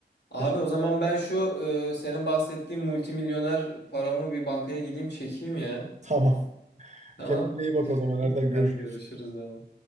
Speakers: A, on the left; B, on the right.
A: Abi
B: Teşekkür.
A: o zaman
B: <laughs>
A: ben şu e, senin bahsettiğin multimilyoner paramı bir bankaya gideyim çekeyim ya.
B: Tamam.
A: Tamam.
B: Kendine iyi bak o zaman. Nereden
A: Hadi
B: görüşürüz?
A: görüşürüz abi.